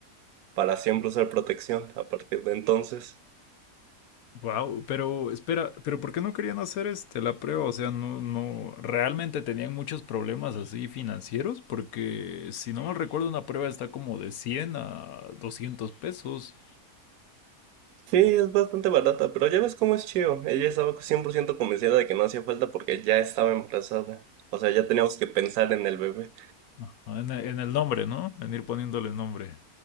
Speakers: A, on the right; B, on the left.
A: para siempre usar protección a partir de entonces.
B: Wow, pero espera, pero ¿por qué no querían hacer este la prueba? O sea, no, no, realmente tenían muchos problemas así financieros, porque si no mal recuerdo, una prueba está como de cien a doscientos pesos
A: Sí, es bastante barata, pero ya ves cómo es Chio. Ella estaba 100% convencida de que no hacía falta porque ya estaba embarazada. O sea, ya teníamos que pensar en el bebé.
B: Ajá, en, e- en el nombre, ¿no? En ir poniéndole nombre.